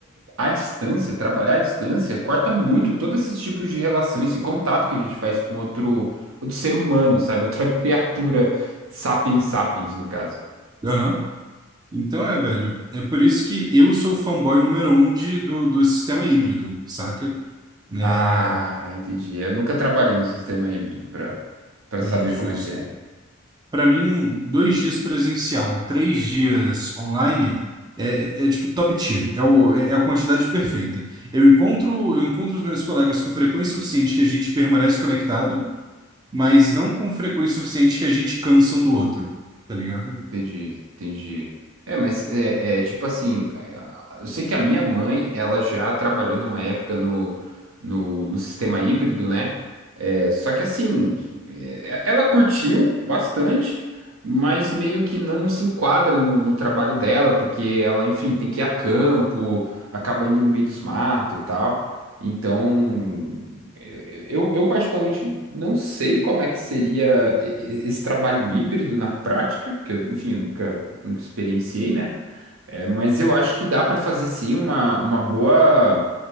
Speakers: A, on the right; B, on the right.
A: à distância, trabalhar à distância, corta muito todos esses tipos de relação, esse contato que a gente faz com outro, outro ser humano, sabe? <laughs> Outra criatura, sapiens sapiens, no caso.
B: aham. Então é, velho. É por isso que eu sou o fanboy número um de, do, do sistema híbrido, saca? É,
A: Ah, entendi. Eu nunca trabalhei no sistema híbrido para para
B: hum,
A: saber
B: justo.
A: como é que é.
B: Pra mim, um- dois dias presencial, três dias online é, é, é, tipo top tier. É, o, é é a quantidade perfeita. Eu encontro, eu encontro os meus colegas com frequência suficiente que a gente permanece conectado, mas não com frequência suficiente que a gente cansa um do outro, tá ligado?
A: Entendi, entendi. É, mas é, é, tipo assim, é, eu sei que a minha mãe, ela já trabalhou numa época no, no, no sistema híbrido, né? É, só que assim, é, ela curtiu bastante, mas meio que não se enquadra no, no trabalho dela, porque ela, enfim, tem que ir a campo, acaba indo no meio dos matos e tal. Então, eu, eu particularmente não sei como é que seria e- e- esse trabalho híbrido na prática, porque, eu, enfim, eu nunca, nunca experienciei, né? É, mas eu acho que dá para fazer sim uma, uma boa,